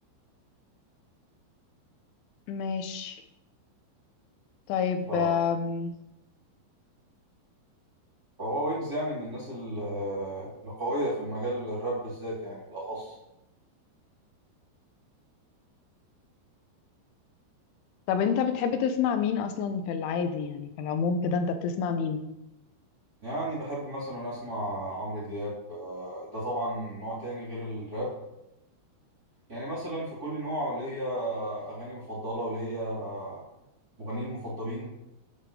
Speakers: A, on the left (about 80°); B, on the right (about 25°).
A: ماشي طيب
B: ف-
A: آم،
B: فهو ويجز يعني من الناس ال- آه، القوية في المجال الراب بالذات يعني بالأخص
A: طب أنت بتحب تسمع مين أصلا في العادي يعني في العموم كده أنت بتسمع مين؟
B: يعني بحب مثلا اسمع عمرو دياب آه، ده طبعا نوع تاني غير الراب يعني مثلا في كل نوع ليا اغاني مفضله وليا آه، مغنيين مفضلين